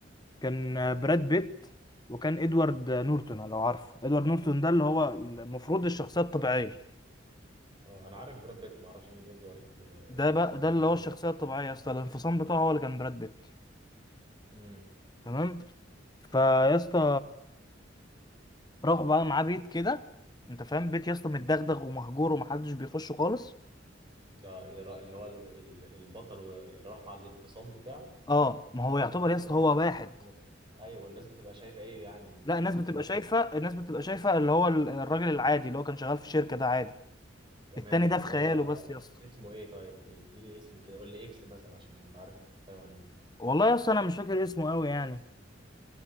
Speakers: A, on the left; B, on the right.
A: كان براد بيت وكان ادوارد نورتون لو عارفه ادوارد نورتون ده اللي هو المفروض الشخصيه الطبيعيه
B: اه انا عارف براد بيت ما اعرفش مين ادوارد آه...
A: ده بقى ده
B: مطلوب
A: اللي هو الشخصيه الطبيعيه يا اسطى الانفصام بتاعه هو اللي كان براد بيت
B: امم
A: تمام فيا اسطى راح بقى معاه بيت كده انت فاهم بيت يا اسطى متدغدغ ومهجور ومحدش بيخشه خالص
B: ده الر- اللي هو ال- ال- البطل و- اللي راح مع الانفصام بتاعه
A: اه ما هو يعتبر
B: والناس
A: يا اسطى
B: بتبقى
A: هو واحد
B: و- ايوه والناس بتبقى شايفه ايه يعني
A: لا الناس بتبقى
B: الناس
A: شايفه
B: بت...
A: الناس بتبقى شايفه اللي هو ال- الراجل العادي اللي هو كان شغال في شركه ده عادي
B: تمام
A: التاني ده
B: اللي
A: في خياله
B: هو
A: بس يا اسطى
B: اسمه ايه طيب اديني اسم كده قول لي اكس مثلا عشان ابقى عارف انت بتتكلم عن مين
A: والله يا اسطى انا مش فاكر اسمه قوي يعني